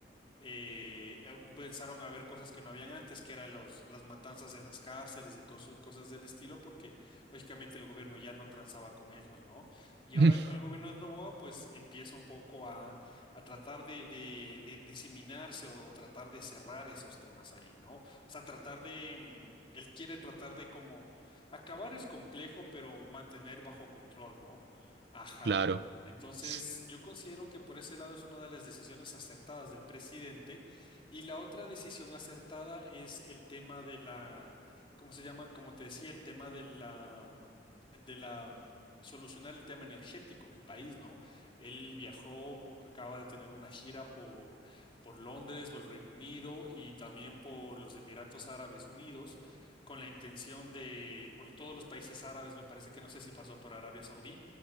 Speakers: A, on the left (about 30°); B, on the right (about 65°).
A: eh, eh, pensaron a ver cosas que no habían antes, que eran los, las matanzas en las cárceles y coso- cosas del estilo, porque lógicamente el gobierno ya no transaba con ellos, ¿no? Y
B: <laughs>
A: ahora con el gobierno de Novoa, pues empieza un poco a, a tratar de, de- de diseminarse o, o tratar de cerrar esos temas ahí, ¿no? O sea, tratar de, mm, él quiere tratar de como, acabar es complejo, pero mantener bajo control, ¿no? Ajá.
B: Claro,
A: Entonces,
B: s-
A: yo considero que por ese lado es una de las decisiones acertadas del presidente. Y la otra decisión acertada es el tema de la, ¿cómo se llama? Como te decía, el tema de la, mm, de la, mm, solucionar el tema energético en el país, ¿no? Él viajó, acaba de tener una gira por, por Londres, por el Reino Unido y también por los Emiratos Árabes Unidos, con la intención de, por todos los países árabes, me parece que no sé si pasó por Arabia Saudí